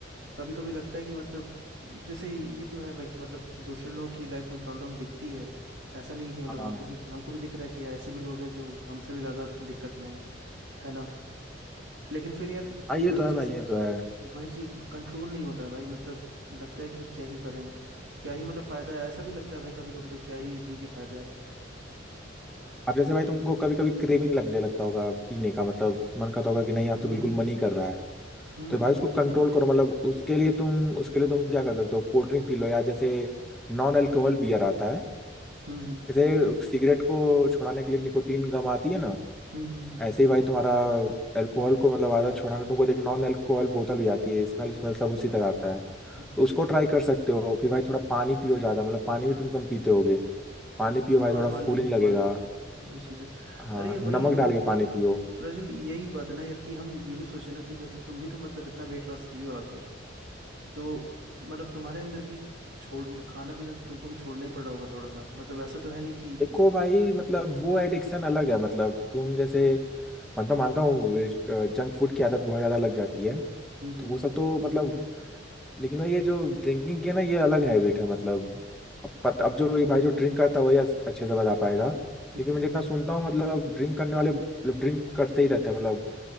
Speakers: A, on the right (about 65°); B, in the centre.
A: कभी कभी लगता है कि मतलब जैसे ये तो है भाई कि मतलब दूसरे लोगों की लाइफ में प्रॉब्लम दिखती है ऐसा नहीं कि मतलब
B: हाँ
A: हमको भी हमको भी दिख रहा है कि यार ऐसे भी लोग हैं जो हमसे भी ज्यादा दिक्कत में है है ना लेकिन फिर यार
B: हाँ ये
A: वही
B: तो
A: चीज
B: है भाई ये तो है
A: वही चीज कंट्रोल नहीं होता है भाई मतलब लगता है कि क्या ही करेंगे क्या ही मतलब फायदा है ऐसा भी लगता है भाई कभी कभी तो क्या ही जी के फायदा है
B: अब जैसे भाई
A: इतना
B: तुमको कभी कभी क्रेविंग लगने लगता होगा पीने का मतलब मन करता होगा कि नहीं आज
A: हम्म
B: तो बिल्कुल मन ही कर रहा है
A: हम्म
B: तो भाई
A: वो
B: उसको
A: चीज
B: कंट्रोल
A: वो चीज
B: करो मतलब उसके लिए तुम उसके लिए तुम क्या कर सकते हो कोल्ड ड्रिंक पी लो या जैसे नॉन अल्कोहल बियर आता है
A: हम्म
B: जैसे सिगरेट को छुड़ाने के लिए निकोटीन गम आती है ना
A: हम्म हम्म, हम्म,
B: ऐसे ही
A: हम्म,
B: भाई तुम्हारा अल्कोहल को मतलब आदत छुड़ाने तुमको एक नॉन अल्कोहल बोतल भी आती है स्मेल स्मेल सब उसी तरह आता है
A: हम्म।
B: तो उसको ट्राई कर सकते हो फिर भाई थोड़ा पानी पियो ज्यादा मतलब पानी भी तुम कम पीते होगे पानी पियो भाई
A: हाँ
B: थोड़ा
A: पानी
B: फूलिंग लगेगा
A: पानी वही चीज है
B: हाँ
A: अरे यार वही
B: नमक
A: हम
B: डाल के पानी पियो
A: प्रज्वल यही बात है ना यार कि हम ये भी सोचे ना कि जैसे तुम भी तो मतलब इतना वेट लॉस किए हो आखिर तो मतलब तुम्हारे अंदर भी छोड़ खाना पीना तो तुमको भी छोड़ना ही पड़ा होगा थोड़ा सा मतलब ऐसा तो है नहीं कि
B: देखो
A: हम्म
B: भाई मतलब वो एडिक्शन अलग है मतलब तुम जैसे मतलब मानता हूँ जंक फूड की आदत बहुत ज्यादा लग जाती है
A: हम्म
B: तो वो सब तो मतलब लेकिन ये जो ड्रिंकिंग की है ना ये अलग हैबिट है मतलब अब पत, अब जो ये भाई जो ड्रिंक करता है वही अच्छ- अच्छे से बता पाएगा क्योंकि
A: हम्म हम्म,
B: मैं जितना
A: हम्म,
B: सुनता हूँ मतलब ड्रिंक करने वाले मतलब ड्रिंक करते ही रहते हैं मतलब